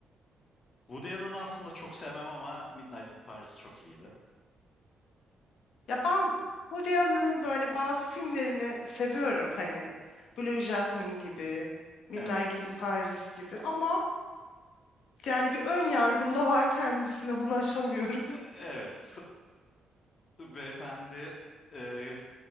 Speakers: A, on the left (about 40°); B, on the left (about 75°).
A: Woody Allen'ı aslında çok sevmem ama Midnight in Paris çok iyiydi.
B: ya ben Woody Allen'ın böyle bazı filmlerini seviyorum. Hani Blue Jasmine gibi, Midnight
A: Evet.
B: in Paris gibi ama Yani bir ön yargım da var kendisine bunu aşamıyorum.
A: E, Evet, e, beyefendi e,